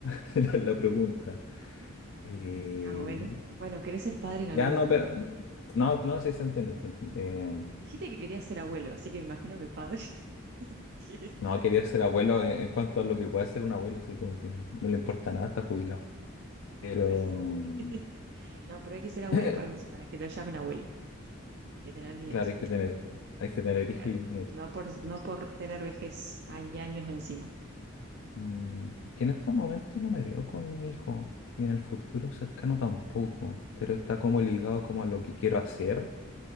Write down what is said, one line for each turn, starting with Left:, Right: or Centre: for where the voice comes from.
Left: <laughs> la, la pregunta. Eh,
Right: Ah, bueno. Bueno, querés ser padre en algún
Left: ya
Right: momento.
Left: no, pero no, no sé si se entiende, se entiende. Eh,
Right: Dijiste que querías ser abuelo, así que me imagino que padre <laughs> quieres
Left: no,
Right: ser.
Left: quería ser abuelo en, en cuanto a lo que puede ser un abuelo, así como que no le importa nada, está jubilado. Pero
Right: Arre. <laughs>
Left: <clears throat>
Right: No, pero hay que ser abuelo
Left: <laughs>
Right: para, para que lo llamen abuelo. Hay que tener nieto.
Left: claro, hay que tener, hay que tener
Right: Claro.
Left: hijos y nietos.
Right: No por, no por tener vejez, hay años encima.
Left: Mm, que en estos momentos no me veo con hijos y en el futuro cercano tampoco, pero está como
Right: Bueno.
Left: ligado como a lo que quiero hacer,